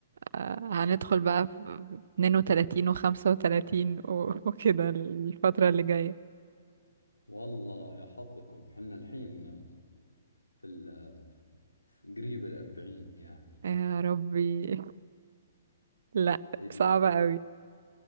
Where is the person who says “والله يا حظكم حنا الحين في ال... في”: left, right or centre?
Left